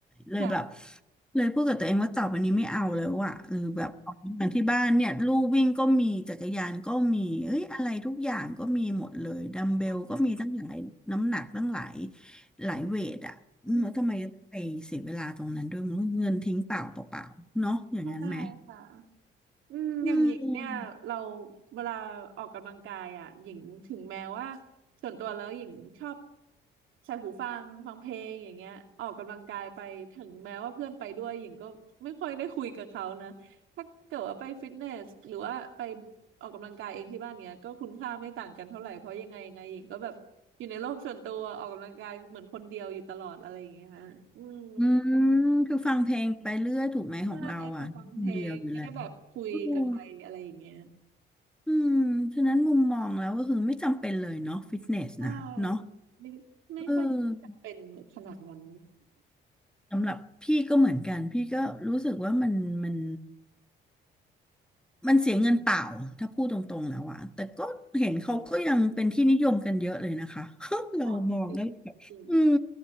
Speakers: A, in the centre; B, on the right.
A: เลยแบบ
B: ค่ะ
A: เลยพูดกับตัวเองว่าต่อไปนี้ไม่เอาแล้วอ่ะหรือแบบออกกำลังที่บ้านเนี่ยลู่วิ่งก็มีจักรยานก็มีเอ้ยอะไรทุกอย่างก็มีหมดเลยดัมเบลก็มีตั้งหลายน้ำหนักตั้งหลาย
B: ค่ะ
A: หลายเวทอ่ะอืมแล้วทำไมต้องไปเสียเวลาตรงนั้นด้วยมันเงินทิ้งเปล่าเปล่าๆเนาะอย่างนั้นไหม
B: อืมใช่ค่ะอืมอย่างหญิงเนี่ยเรา
A: อืม
B: เวลาออกกำลังกายอ่ะหญิงถึงแม้ว่าส่วนตัวแล้วหญิงชอบใส่หูฟังฟังเพลงอย่างเงี้ยออกกำลังกายไปถึงแม้ว่าเพื่อนไปด้วยหญิงก็ไม่ค่อยได้คุยกับเขานะถ้าเกิดว่าไปฟิตเนสหรือว่าไปออกกำลังกายเองที่บ้านเนี้ยก็คุณค่าไม่ต่างกันเท่าไหร่เพราะยังไงยังไงหญิงก็แบบอยู่ในโลกส่วนตัวออกกำลังกายเหมือนคนเดียวอยู่ตลอดอะไรอย่างเงี้ยฮะอืม
A: อืมคือฟังเพลงไปเรื่อยถูกไหมของเราอ่ะคนเดียวอยู่แล้ว
B: ใช่พอฟังเพลงไม่ได้แบบคุยกับใครอะไรอย่างเงี้ย
A: อืมอืมฉะนั้นมุมมองแล้วก็คือไม่จำเป็นเลยเนาะฟิตเนสนะเนาะ
B: ใช่ไม่ไม่ค่อยจะเป็นขนาดนั้น
A: เออสำหรับพี่ก็เหมือนกันพี่ก็รู้สึกว่ามันมัน มันเสียเงินเปล่าถ้าพูดตรงๆแล้วอะแต่ก็เห็นเขาก็ยังเป็นที่นิยมกันเยอะเลยนะคะ <laughs> เรามองแล้วแบบอืม
B: ค่ะจริงจริง